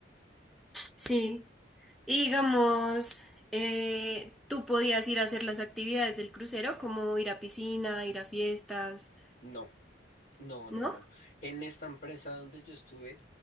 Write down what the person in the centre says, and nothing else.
Sí. Y digamos, eh, tú podías ir a hacer las actividades del crucero, como ir a piscina, ir a fiestas,
¿no?